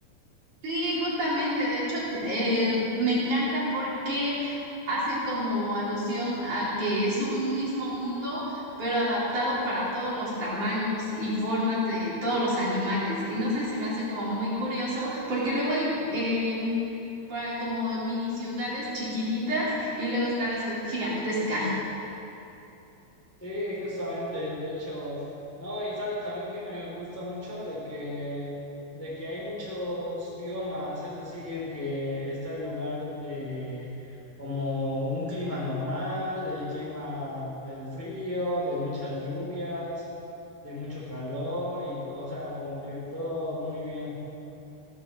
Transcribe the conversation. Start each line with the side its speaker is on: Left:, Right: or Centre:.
Right: Sí, justamente, de hecho, eh, me encanta porque hacen como alusión a que es un mismo mundo, pero adaptado para todos los tamaños y formas de todos los animales. Y no sé, se me hace como muy curioso, porque luego hay eh, pa- como mini ciudades chiquititas y luego está la ciudad gigantesca.
Centre: Sí, justamente, de hecho, no, y sabes también que me gusta mucho de que, de que hay muchos biomas, es decir, que está el lugar de como un clima normal, del clima del frío, de muchas lluvias, de mucho calor, y o sea, como que todo muy bien. <laughs>